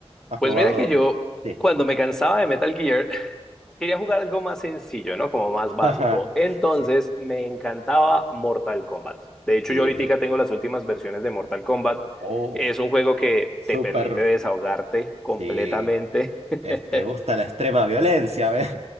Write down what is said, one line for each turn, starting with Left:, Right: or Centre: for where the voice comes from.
Right: ¿Has
Centre: Pues
Right: probado?
Centre: mira que yo,
Right: Sí.
Centre: cuando me cansaba de Metal Gear, <laughs> quería jugar algo más sencillo, ¿no? Como más
Right: <laughs>
Centre: básico.
Right: Ajá.
Centre: Entonces
Right: Sí.
Centre: me encantaba Mortal Kombat. De hecho,
Right: Ujú.
Centre: yo ahorita tengo las últimas versiones de Mortal Kombat.
Right: Oh,
Centre: Es un juego que
Right: súper.
Centre: te permite desahogarte completamente.
Right: Sí.
Centre: <laughs>
Right: Es- ¿Te gusta la extrema violencia, ¿ves?